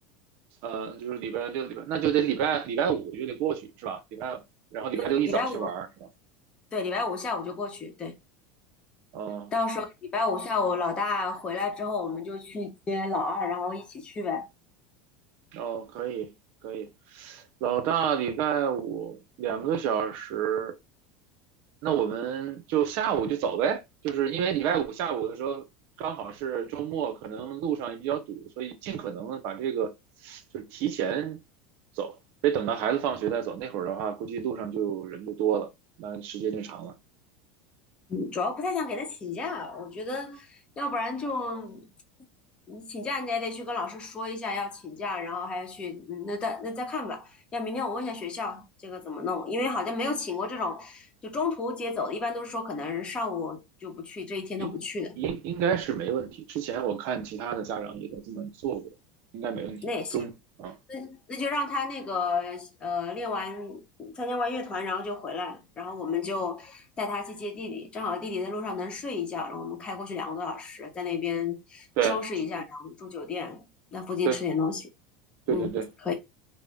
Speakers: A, on the right; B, on the left.
A: 呃，就是礼拜六、礼拜，那就得礼拜礼拜五就得过去是吧？礼拜，然后礼拜六一早去玩儿是吧？
B: 对，礼拜五，对，礼拜五下午就过去。对。
A: 哦
B: 到时候礼拜五下午老大回来之后，我们就去接老二，然后一起去呗。嗯
A: 哦，可以可以。老大礼拜五两个小时，那我们就下午就走呗，就是因为礼拜五下午的时候刚好是周末，可能路上也比较堵，所以尽可能的把这个就是提前走，别等到孩子放学再走。那会儿的话，估计路上就人就多了，那时间就长了。
B: 主要不太想给他请假，我觉得要不然就你请假，你也得去跟老师说一下要请假，然后还要去，嗯那再那再看吧。要明天我问一下学校这个怎么弄，因为好像没有请过这种就中途接走的，一般都是说可能上午就不去，这一天都不去的，
A: 应应应该是没问题。之前我看其他的家长也都这么做过，应该没问题。
B: 那也行。
A: 中啊，
B: 那那就让他那个呃练完参加完乐团，然后就回来，然后我们就带他去接弟弟，正好弟弟在路上能睡一觉，然后我们开过去两个多小时，在那边
A: 对
B: 收拾一下，然后住酒店，那附近吃点东西，
A: 对对对对。
B: 嗯，可以。